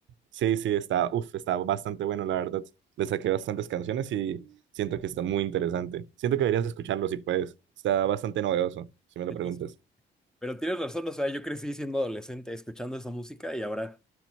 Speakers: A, on the right; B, in the centre.
A: Sí, sí, está, uf, está bastante bueno, la verdad. Le saqué bastantes canciones y siento que está muy interesante. Siento que deberías escucharlo si puedes. Está bastante novedoso, si me lo
B: Sí,
A: preguntas.
B: Pero tienes razón, o sea, yo crecí siendo adolescente escuchando esa música y ahora